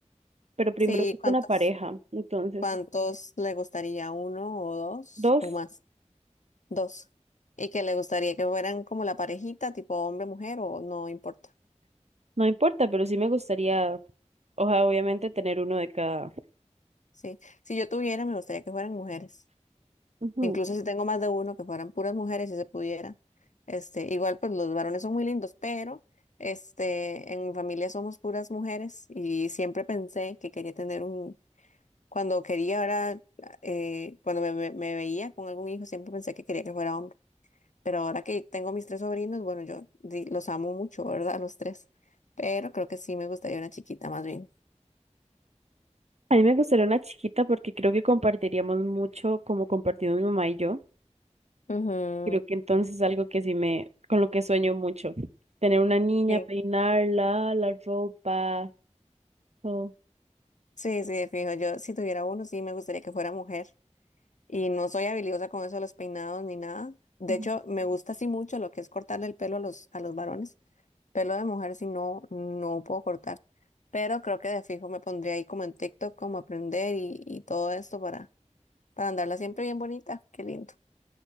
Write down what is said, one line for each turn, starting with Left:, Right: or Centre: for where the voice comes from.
Right: pero primero
Left: Sí,
Right: ocupo
Left: ¿cuántos,
Right: una pareja. Entonces,
Left: cuántos le gustaría? ¿Uno o dos
Right: dos,
Left: o más? Dos. Y que le gustaría que fueran como la parejita, tipo hombre-mujer o no importa.
Right: no importa, pero sí me gustaría, ojalá obviamente tener uno de cada.
Left: Sí, si yo tuviera, me gustaría que fueran mujeres.
Right: Ujú.
Left: Incluso si tengo más de uno, que fueran puras mujeres, si se pudiera. Este, igual, pues los varones son muy lindos, pero... Este, en mi familia somos puras mujeres y siempre pensé que quería tener un, Cuando quería ahora, eh, cuando me, me- me veía con algún hijo, siempre pensé que quería que fuera hombre. Pero ahora que tengo mis tres sobrinos, bueno, yo di- los amo mucho, ¿verdad? A Los tres. Pero creo que sí me gustaría una chiquita más bien.
Right: A mí me gustaría una chiquita porque creo que compartiríamos mucho como compartimos mi mamá y yo.
Left: Ujú.
Right: Creo que entonces es algo que sí me, con lo que sueño mucho. Tener una niña,
Left: Sí,
Right: peinarla, la ropa, todo.
Left: sí, sí, de fijo. Yo si tuviera uno, sí me gustaría que fuera mujer. Y no soy habilidosa con eso de los peinados ni nada. De
Right: Ujú.
Left: hecho, me gusta así mucho lo que es cortarle el pelo a los, a los varones. Pelo de mujer, si no, no puedo cortar. Pero creo que de fijo me pondría ahí como en TikTok, como aprender y, y todo esto para, para andarla siempre bien bonita. Qué lindo.